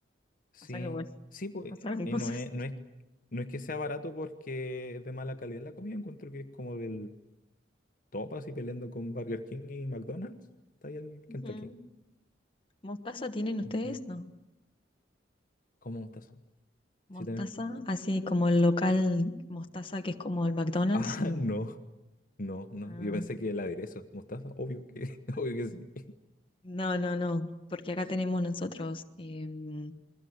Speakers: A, on the left; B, on the left.
A: Sí.
B: O sea que bueno,
A: Sí,
B: <laughs>
A: pues.
B: pasaron
A: Y
B: cosas.
A: no es, no es, no es que sea barato porque es de mala calidad la comida. Encuentro que es como del top así peleando con Burger King y McDonald's. Está ahí el Kentucky.
B: Ujú. ¿Mostaza tienen ustedes?
A: Dice,
B: No.
A: ¿cómo mostaza?
B: ¿Mostaza?
A: Sí tenemos. <laughs>
B: Así como el local mostaza que es como el McDonald's,
A: Ah,
B: no.
A: no. No, no.
B: Ah,
A: Yo pensé que el aderezo. Mostaza, obvio que, <laughs> obvio que sí.
B: no, no, no. Porque acá tenemos nosotros, em,